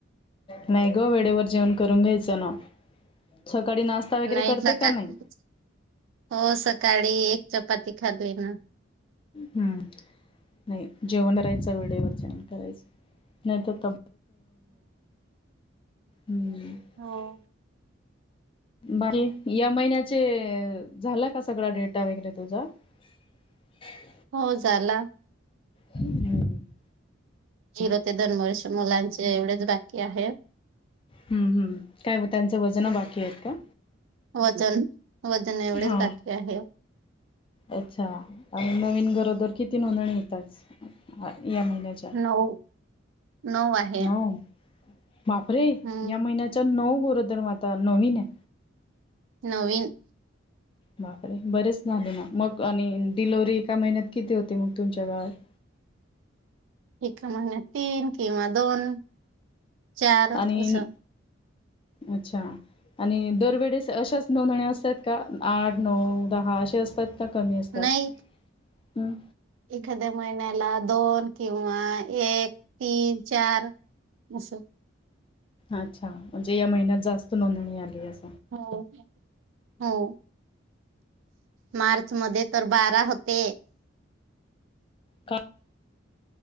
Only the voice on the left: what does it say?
नाही ग वेळेवर जेवण करून घ्यायचं ना. सकाळी नाश्ता वगैरे
करते
का नाही
हम्म. नाही जेवण राहायचं वेळेवर जेवण करायचं नाही तर <unintelligible>
बाकी या महिन्याचे झाला का सगळा डेटा वगैरे तुझा. <inaudible>
हम.
हम्म, हम्म, काय हो त्यांचं वजन बाकी आहे का?
हा,
अच्छा आणि नवीन गरोद दर किती नोंदणी होतंच? या महिन्याच्या,
नऊ. बापरे
या महिन्याचा नऊ गरोदर माता नवीन आहे.
बापरे! बरेच झाले ना मग आणि डिलवरी एका महिन्यात किती होते मग तुमच्या गावात. <inaudible>
आणि
अच्छा! आणि दरवेळेस अशाच नोंदणी असतात का आठ, नऊ, दहा असे असतात. का कमी असतात?
हम्म
अच्छा म्हणजे या महिन्यात जास्त नोंदणी आली आहे.
का